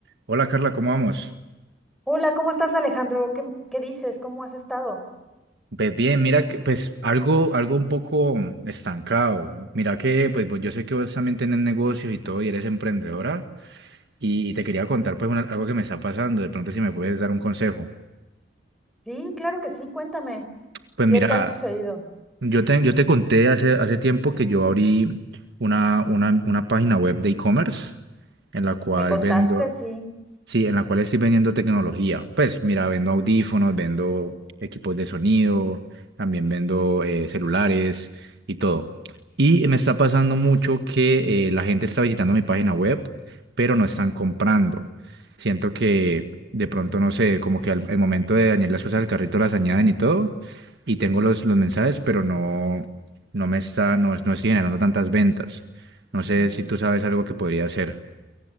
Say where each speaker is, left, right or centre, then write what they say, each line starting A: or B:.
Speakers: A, on the right; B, in the centre.
A: Hola Carla, ¿cómo vamos?
B: Hola, ¿cómo estás, Alejandro? ¿Qué, qué dices? ¿Cómo has estado?
A: Pues bien, mira que pues algo, algo un poco estancado. Mira que pues, vos- yo sé que vos también tenés negocios y todo y eres emprendedora y, y te quería contar pues una- algo que me está pasando, de pronto si me puedes dar un consejo.
B: Sí, claro que sí, cuéntame,
A: Pues mira,
B: ¿qué te ha sucedido?
A: yo te, yo te conté hace, hace tiempo que yo abrí una, una, una página web de e-commerce en la cual
B: ¿Me contaste?
A: vendo,
B: Sí.
A: Sí, en la cual estoy vendiendo tecnología. Pues mira, vendo audífonos, vendo equipos de sonido, también vendo eh, celulares y todo. Y me está pasando mucho que eh, la gente está visitando mi página web, pero no están comprando. Siento que de pronto, no sé, como que al, al momento de añadir las cosas al carrito las añaden y todo, y tengo los, los mensajes, pero no, no me está, no, no estoy generando tantas ventas. No
B: Ujú.
A: sé si tú sabes algo que podría hacer.